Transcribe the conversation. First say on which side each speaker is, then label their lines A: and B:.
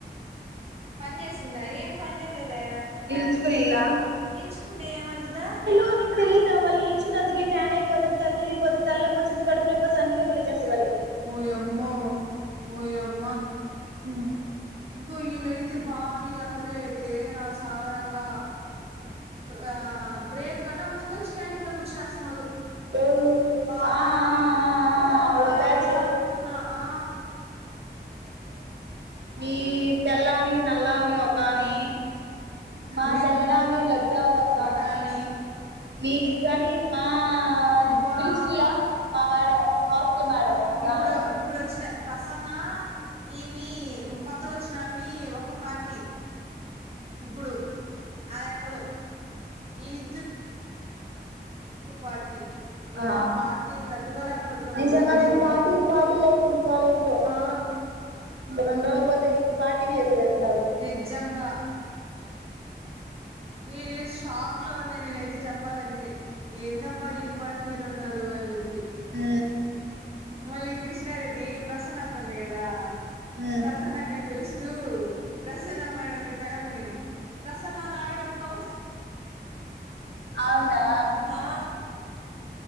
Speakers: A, on the right; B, on the right.
A: పన్ చేసిందా ఏం పని చేయలేదే
B: నిల్చుకునిల్లా
A: నిల్చుకుంటే ఏమ దా
B: అకు తెలీయదుా వాళు నిలిచుకు అందుకే టన్ అపోతారు తల్లిపోతారు తల్లి పోేసి కడుపులో అన్ని పులి చేసేళ్ళకి
A: ఓయమ్మో ఓయమ్
B: హ్
A: ఇగో ఈలైతే బావుని, లహరి అయితే నా సామిరంగా ఆ బ్రేక్ కన్నా ముందు వచ్చి క్యాండీ లో కూర్చునిస్తున్నారు
B: ఎవరు
A: భవనా
B: ఆ ఆ ఆ
A: ఓర్
B: ఆ
A: నాయనా
B: ఓల్ బ్యాచ్
A: అనుకున్నా ఆ
B: ఈ తెల్లామెకి నల్లామె ఒకమే మా
A: మీ
B: తెల్లామే లడ్డు అమ్మే ఒక్కామే
A: ఒకామె
B: మీ కనీ మా
A: బా
B: సిరిసిల్ల మా మేడం హాస్టల్ మేడం ఒకామె
A: ఇప్పుడా ఇప్పుడ్ వచ్చిన ప్రసన్న ఇవి కొత్తగచ్చినామి ఒక పార్టీ ఇప్పుడు ఆరెక్కలు ఈలి పార్టీ యమ్మ
B: ఆ
A: పార్టీలు తట్టుకోలేకపోతున్నాం
B: నిజంగానే
A: భోపాలేష్ లో
B: పార్టీలు పార్టీలు అయిపోదు కాలేజ్లో
A: ఆ
B: అ పోతే పట్టిలు చేసి పెట్టినారు
A: నిజంగా వి ఎస్ షాక్లో ఉండే నేనైతే చెప్పాలంటే ఏందబ్బా వీళ్ళపాటికి వీళ్ళున్నారు అన్ చెప్పి
B: ఆ
A: మళ్ళీ కృష్ణారెడ్డి ప్రసన్నకుంది గదా
B: మ్మ్
A: ప్రసన్న అక్కని పిలుస్తూ ప్రసన్న మేడంని పెరమ్మని ప్రసన్న నాగరత్నం భవనా
B: అవునా